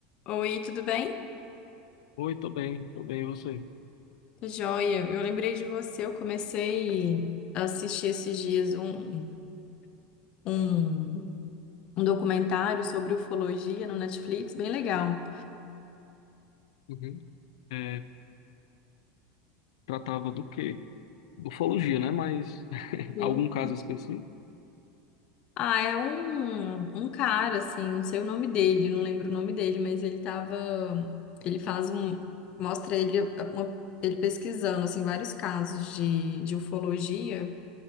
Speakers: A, on the left; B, on the left.
A: Oi, tudo bem?
B: Oi, tô bem, tô bem, e você?
A: Tô joia. Eu lembrei de você. Eu comecei a assistir esses dias um, um, um documentário sobre ufologia no Netflix, bem legal.
B: Uhum. É, tratava do quê? Ufologia, né? Mas <laughs>
A: Sim.
B: algum caso específico?
A: Ah, é um, um cara, assim, não sei o nome dele, não lembro o nome dele, mas ele tava. Ele faz um. Mostra ele, a- uma- ele pesquisando, assim, vários casos de, de ufologia.